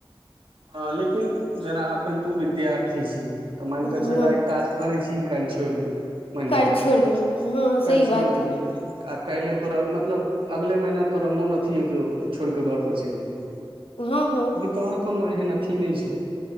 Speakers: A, on the right (about 65°); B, on the left (about 80°).
A: हँ लेकिन जेना अखन तू विद्यार्थी छी तऽ मान कऽ
B: हँ
A: चल आ काज करै छी कल छोड़ देबी मानक
B: काल्हि
A: चल
B: छोड़ि देनी हँ सही
A: काल
B: बात
A: छोड़ देबी
B: है
A: आ काल्हि तोरा मतलब अगले महीना तोरा मोन अथी ह एतौ तऽ छोड़ि कऽ घर पर चलि अयबी
B: हँ हँ
A: तोहर कोनो एहन अथी नहि छौ